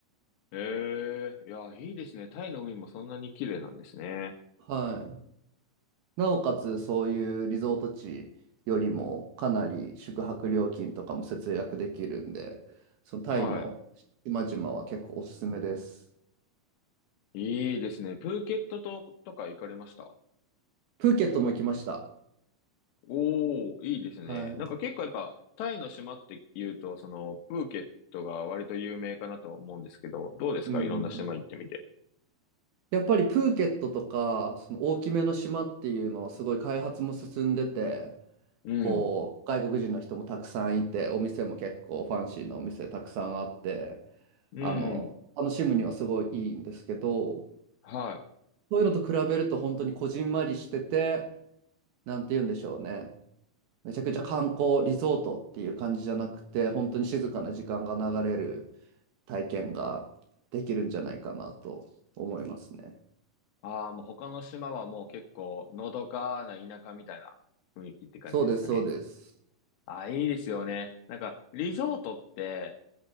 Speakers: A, on the left; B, on the right.
A: ええ、いや、いいですね。タイの海もそんなに綺麗なんですね。
B: はい。なおかつそういうリゾート地よりもかなり宿泊料金とかも節約できるんで、そのタイの島々は結構おすすめです。
A: はい。いいですね。プーケットと、とか行かれました
B: プーケットも行きました。
A: おー、いいですね。
B: はい。
A: なんか結構やっぱ、タイの島って言うと、その、プーケットが割と有名かなと思うんですけど、どうですかいろんな島行ってみて。
B: うん。やっぱりプーケットとか、その大きめの島っていうのはすごい開発も進んでて、
A: うん。
B: こう、外国人の人もたくさんいて、お店も結構ファンシーなお店たくさんあって、
A: うん。
B: あの、楽しむにはすごいいいんですけど、
A: はい。
B: そういうのと比べると本当にこじんまりしてて、なんて言うんでしょうね。めちゃくちゃ観光リゾートっていう感じじゃなくて、本当に静かな時間が流れる体験ができるんじゃないかなと思いますね。
A: ああ、もう他の島はもう結構、のどかな田舎みたいな雰囲気って感じですかね。
B: そうです、そうです。
A: ああ、いいですよね。なんか、リゾートって、